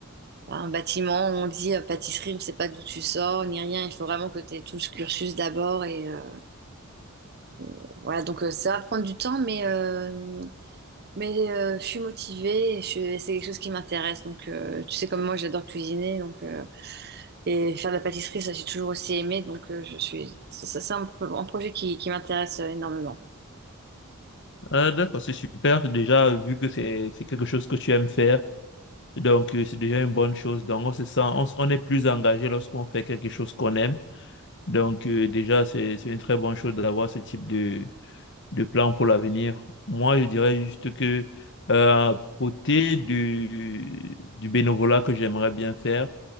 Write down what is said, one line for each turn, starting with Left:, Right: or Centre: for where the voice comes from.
Right: un bâtiment. On dit euh, pâtisserie, on ne sait pas d'où tu sors, ni rien. Il faut vraiment que tu aies tout ce cursus d'abord. Et, euh, et voilà, donc euh, ça va prendre du temps, mais, euh, mais euh, je suis motivée, et je, suis- c'est quelque chose qui m'intéresse. Donc, euh, tu sais, comme moi, j'adore cuisiner, donc, euh, et faire de la pâtisserie, ça, j'ai toujours aussi aimé. Donc, euh, je suis, ça, ça, c'est un, pro- un projet qui, qui m'intéresse euh, énormément.
Left: ah, d'accord, c'est super. Déjà, vu que c'est c'est quelque chose que tu aimes faire, donc euh, c'est déjà une bonne chose. Donc, on se sent, on, s- on est plus engagé lorsqu'on fait quelque chose qu'on aime. Donc, euh, déjà, c'est, c'est une très bonne chose d'avoir ce type de, de plan pour l'avenir. Moi, je dirais juste que, euh, à côté du, du bénévolat que j'aimerais bien faire,